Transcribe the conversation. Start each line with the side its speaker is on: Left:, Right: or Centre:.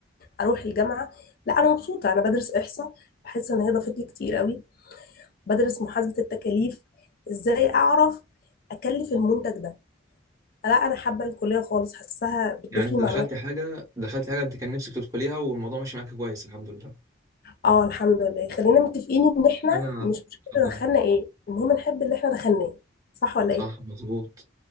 Left: اروح الجامعة لا انا مبسوطة انا بدرس احصاء بحس ان هي ضافت لي كتير قوي بدرس محاسبة التكاليف ازاي اعرف اكلف المنتج ده لا انا حابة الكلية خالص حاساها بتضيف
Right: يعني انت
Left: لي
Right: دخلت
Left: معلومات
Right: حاجة دخلت حاجة انت كان نفسك تدخليها والموضوع ماشي معاك كويس الحمد لله
Left: اه الحمد لله خلينا متفقين ان احنا
Right: انا
Left: مش مشكله
Right: اتفضل
Left: دخلنا ايه المهم نحب اللي احنا دخلناه صح ولا
Right: صح
Left: ايه
Right: مظبوط